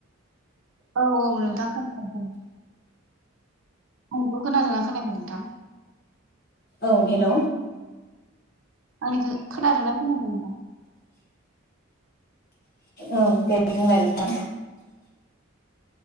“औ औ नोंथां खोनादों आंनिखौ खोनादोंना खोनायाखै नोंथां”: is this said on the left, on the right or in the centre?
Right